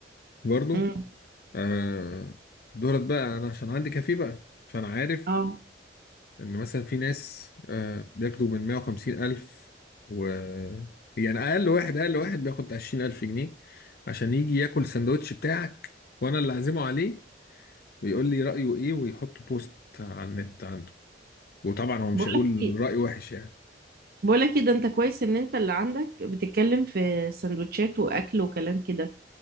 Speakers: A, on the left; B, on the right.
A: برضو
B: امم
A: آه دولت بقى انا عشان عندي كافيه بقى فانا عارف
B: اه
A: ان مثلا في ناس آه، بياخدوا من 150 الف و يعني اقل واحد اقل واحد بياخد بتاع 20 الف جنيه عشان يجي ياكل السندوتش بتاعك وانا اللي اعزمه عليه ويقول لي رايه ايه ويحط بوست على النت عنده وطبعا هو مش
B: بقولك
A: هيقول
B: ايه
A: راي وحش يعني
B: بقولك ايه ده انت كويس ان انت اللي عندك بتتكلم في سندوتشات واكل وكلام كده